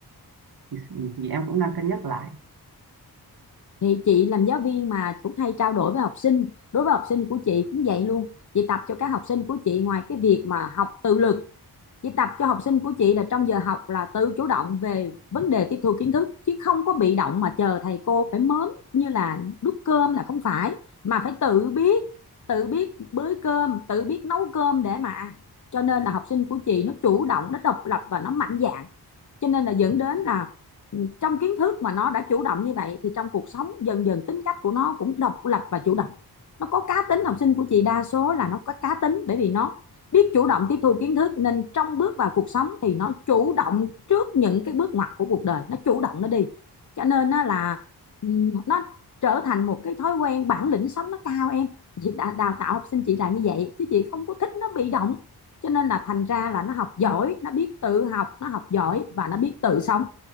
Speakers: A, on the right; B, on the left.
A: thì, thì em cũng đang cân nhắc lại
B: thì chị làm giáo viên mà cũng hay trao đổi với học sinh đối với học sinh của chị cũng vậy luôn chị tập cho các học sinh của chị ngoài cái việc mà học tự lực chị tập cho học sinh của chị là trong giờ học là tự chủ động về vấn đề tiếp thu kiến thức chứ không có bị động mà chờ thầy cô phải mớm như là đút cơm là không phải mà phải tự biết tự biết bới cơm tự biết nấu cơm để mà ăn cho nên là học sinh của chị nó chủ động nó độc lập và nó mạnh dạn cho nên là dẫn đến là trong kiến thức mà nó đã chủ động như vậy thì trong cuộc sống dần dần tính cách của nó cũng độc lập và chủ động nó có cá tính học sinh của chị đa số là nó có cá tính bởi vì nó biết chủ động tiếp thu kiến thức nên trong bước vào cuộc sống thì nó chủ động trước những cái bước ngoặt của cuộc đời nó chủ động nó đi cho nên nó là nó trở thành một cái thói quen bản lĩnh sống nó cao em chị đào tạo học sinh chị là như vậy chứ chị không có thích nó bị động cho nên là thành ra là nó học giỏi nó biết tự học nó học giỏi và nó biết tự sống